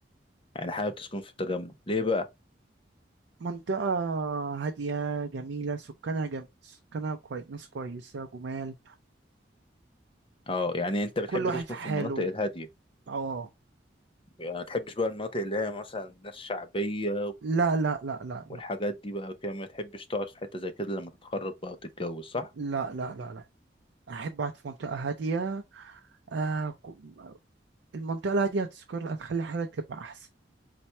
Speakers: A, on the left; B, on the right.
A: يعني حابب تسكن في التجمع ليه بقى
B: منطقة هادية جميلة سكانها جم... سكانها كوي... ناس كويسة جمال
A: اه يعني انت بتحب
B: كل واحد
A: تسكن
B: في حاله
A: في المناطق الهادية
B: اه
A: يعني ما تحبش بقى المناطق اللي هي مثلا ناس شعبية
B: لا لا لا لا لا
A: والحاجات دي بقى كده ما تحبش تقعد في حتة زي كده لما تتخرج بقى وتتجوز صح
B: لا لا لا لا أحب أقعد في منطقة هادية آه... ك- المنطقة الهادية هتسكر هتخلي حياتك تبقى أحسن